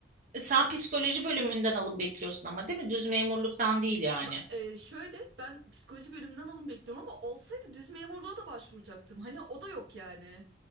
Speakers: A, on the right (about 45°); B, on the right (about 80°).
A: E, sen psikoloji bölümünden alım bekliyorsun ama değil mi? Düz memurluktan değil yani.
B: Ba- e, şöyle ben psikoloji bölümünden alım bekliyorum ama olsaydı düz memurluğa da başvuracaktım. Hani o da yok yani.